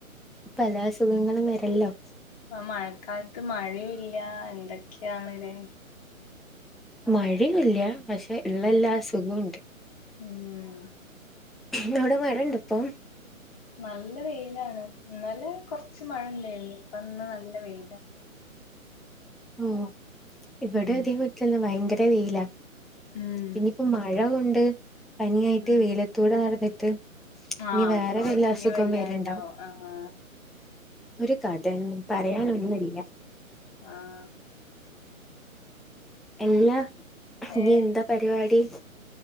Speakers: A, in the centre; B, on the left.
A: പല അസുഖങ്ങളും വരല്ലോ
B: ആ മഴക്കാലത്ത് മഴയും ഇല്ല എന്തൊക്കെയാണ്ല്ലേ
A: മഴയില്ല പക്ഷെ ഉള്ളെല്ലാ
B: ഉം
A: അസുഖുണ്ട്
B: ഉം
A: നവിടെ മഴ ഇണ്ട് ഇപ്പൊ
B: നല്ല വെയിലാണ് ഇന്നലെ കുറച്ച് മഴണ്ടായിരുന്നു ഇപ്പന്ന് നല്ല വെയില
A: ഉം ഇവിടെ
B: ഉം
A: അതേപോലെ തന്നെ ഭയങ്കര വെയിലാ
B: ഉം
A: ഇനി പ്പോ മഴ കൊണ്ട് പനിയായിട്ട്
B: ഉം
A: വെയിലത്തൂടെ നടന്നിട്ട്- ഇനി
B: ആഹ്
A: വേറെ
B: അപ്പൊ
A: വല്ല
B: ഇനി
A: അസുഖം
B: വയ്യാണ്ടോ
A: വരുണ്ടാവും
B: ആഹ്
A: ഒരു കഥന്നെ പറയാനൊന്നില്ല
B: ആഹ്
A: എല്ലാ ഇനി
B: ഏഹ്
A: എന്താ പരിപാടി